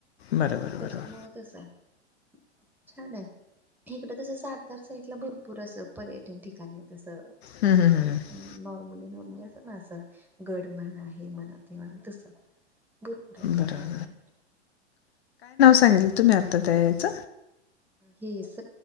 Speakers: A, on the left; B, in the centre.
A: बरोबर
B: त्याच्यामुळ
A: बरोबर
B: तस आहे छान आहे इकडं तस सातार साईडला भरपूर असं पर्यटन ठिकाणी तस
A: हम्म
B: नॉर्मली
A: हम्म हम्म.
B: नॉर्मली असं ना असं गड म्हणा हे म्हणा तस भरपूर आहेत
A: बरोबर
B: बघायला इकडे
A: सांगल तुम्ही आत्ता त्या यायच
B: हे स